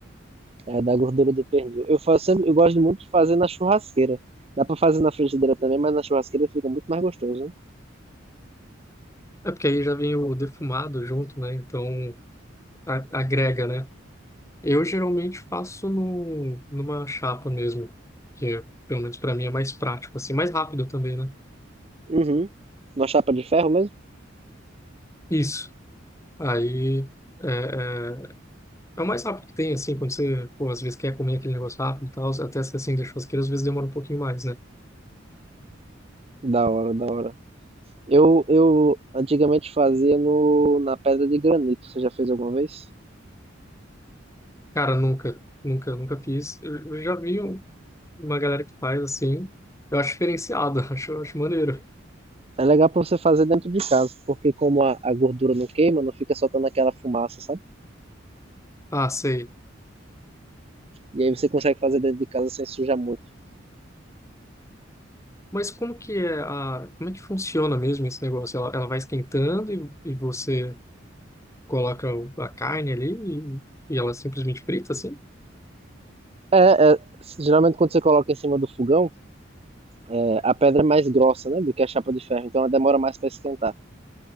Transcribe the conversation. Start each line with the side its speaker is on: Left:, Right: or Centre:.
Right: é, da gordura do pernil. Eu faço sempre, eu gosto muito de fazer na churrasqueira. Dá pra fazer na frigideira também, mas na churrasqueira fica muito mais gostoso, né?
Left: É porque aí já vem o defumado junto, né? Então, a- agrega, né? Eu geralmente faço no, numa chapa mesmo, que é, pelo menos para mim é mais prático, assim, mais rápido também, né?
Right: Uhum. Uma chapa de ferro mesmo?
Left: Isso. Aí é, é, é o mais rápido que tem, assim, quando você, pô, às vezes quer comer aquele negócio rápido e tal, até se assim, deixa churrasqueira, às vezes demora um pouquinho mais, né?
Right: Da hora, da hora. Eu, eu antigamente fazia no, na pedra de granito. Você já fez alguma vez?
Left: Cara, nunca, nunca, nunca fiz. Eu, eu já vi um- uma galera que faz assim, eu acho diferenciado, <laughs> acho, acho maneiro.
Right: É legal pra você fazer dentro de casa, porque como a, a gordura não queima, não fica soltando aquela fumaça, sabe?
Left: Ah, sei.
Right: E aí você consegue fazer dentro de casa sem sujar muito.
Left: Mas como que é a, como é que funciona mesmo esse negócio? Ela, ela vai esquentando e, e você coloca o- a carne ali e, e ela simplesmente frita, assim?
Right: É, é, geralmente quando você coloca em cima do fogão, é, a pedra é mais grossa, né, do que a chapa de ferro, então ela demora mais para esquentar.